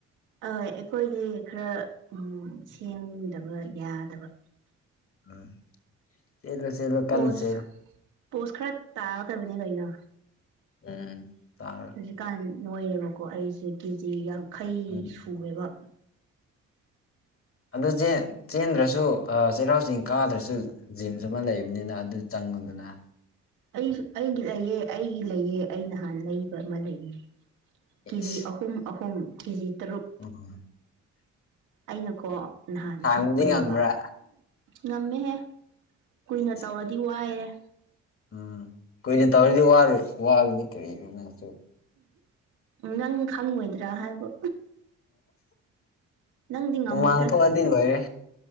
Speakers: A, on the right; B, on the left.
A: ꯑꯣꯏ ꯑꯩꯈꯣꯏꯗꯤ ꯈꯔ ꯎ ꯎꯝ ꯁꯦꯝꯗꯕ ꯌꯥꯗꯕ
B: <unintelligible>
A: ꯄꯣꯁ
B: ꯀꯟꯅ ꯆꯦꯜꯂꯣ
A: ꯄꯣꯁ ꯈꯔ ꯇꯥꯒꯗꯕꯅꯦ ꯀꯩꯅꯣ
B: ꯎꯝ ꯇꯥꯔꯣ
A: ꯍꯧꯖꯤꯛꯀꯥꯟ ꯅꯣꯏꯔꯦꯕꯀꯣ ꯑꯩꯁꯦ ꯀꯦꯖꯤ ꯌꯥꯡꯈꯩ
B: ꯎꯝ
A: ꯁꯨꯨꯔꯦꯕ
B: ꯑꯗꯨ ꯆꯦꯟꯗ꯭ꯔꯁꯨ ꯆꯩꯔꯥꯎ ꯆꯤꯡ ꯀꯥꯗ꯭ꯔꯁꯨ ꯖꯤꯝꯁꯨ ꯑꯃ ꯂꯩꯕꯅꯤꯅ ꯑꯗꯨ ꯆꯪ ꯉꯨꯗꯅ
A: ꯑꯩꯁꯨ ꯑꯩꯒꯤ ꯂꯩꯑꯦ ꯑꯩꯒꯤ ꯂꯩꯑꯦ ꯑꯩ ꯅꯍꯥꯟ ꯂꯩꯕ ꯑꯃ ꯂꯩꯌꯦ
B: ꯏꯁ
A: ꯀꯦꯖꯤ ꯑꯍꯨꯝ ꯑꯍꯨꯝ ꯀꯦꯖꯤ ꯇꯔꯨꯛ
B: <unintelligible>
A: ꯑꯩꯅꯀꯣ ꯅꯍꯥꯟ
B: ꯊꯥꯡꯕꯗꯤ
A: ꯀꯛꯄꯅꯦꯕ
B: ꯉꯝꯕ꯭ꯔꯥ
A: ꯉꯝꯃꯦꯍꯦ ꯀꯨꯏꯅ
B: ꯏꯁ
A: ꯇꯧꯔꯗꯤ ꯋꯥꯏꯌꯦ
B: ꯎꯝ ꯀꯨꯏꯅ ꯇꯧꯔꯤꯗꯤ ꯋꯥꯔꯣꯏ ꯋꯥꯕꯅꯤ ꯀꯔꯤꯅꯣ ꯅꯪꯁꯨ
A: ꯅꯪ ꯈꯪꯉꯣꯏꯗ꯭ꯔꯥ ꯍꯥꯏꯕ ꯅꯪꯗꯤ ꯉꯝꯃꯣꯏꯗ꯭ꯔꯥ
B: ꯍꯨꯃꯥꯡ ꯊꯣꯛꯑꯗꯤ ꯂꯣꯏꯔꯦ